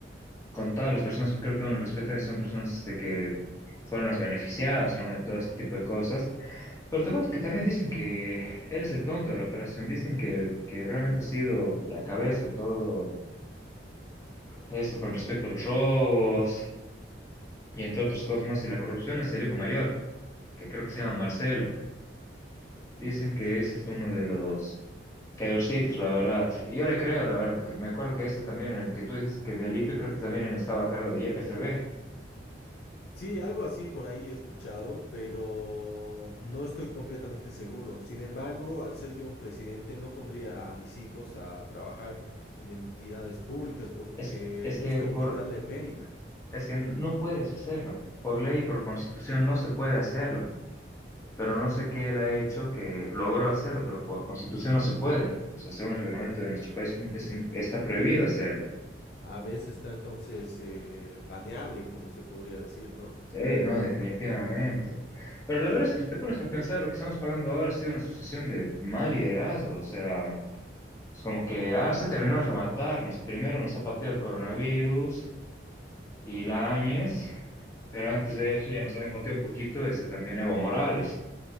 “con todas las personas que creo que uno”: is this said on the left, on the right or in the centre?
Left